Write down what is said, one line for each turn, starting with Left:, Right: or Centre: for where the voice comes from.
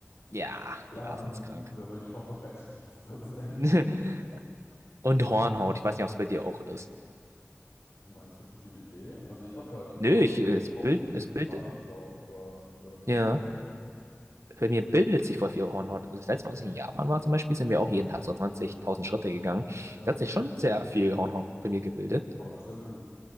Right: Ja,
Left: Blasen
Right: Blasen
Left: an den
Right: ist krank.
Left: Füßen, wenn man nicht vorbereitet ist. Das ist echt
Right: <laughs> Und Hornhaut, ich weiß nicht, ob es bei dir auch ist.
Left: Wie meinst du, tut dir die weh? Also ich habe relativ
Right: Nö,
Left: ja
Right: ich, äh,
Left: zu
Right: es bild,
Left: Hause
Right: es
Left: viel
Right: bildet,
Left: Barfußlauf, aber ähm,
Right: ja, bei mir bildet sich voll viel Hornhaut. Das letzte Mal, als ich in Japan war zum Beispiel, sind wir auch jeden Tag so 20.000 Schritte gegangen.
Left: ja.
Right: Da hat sich schon sehr viel Hornhaut bei mir gebildet.
Left: Aber das ist ja gut.